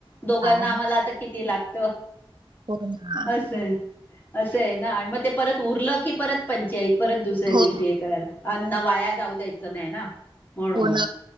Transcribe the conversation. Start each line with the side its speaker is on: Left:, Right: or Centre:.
Left: दोघांना
Right: हा हो
Left: आम्हाला आता किती लागत.
Right: ना.
Left: असं आहे असं आहे ना आणि मग ते परत उरलं की परत पंचायत परत दुसऱ्या
Right: हो
Left: दिवशी हे करायला अन्न वाया जाऊ द्यायचं नाही ना, म्हणून
Right: होण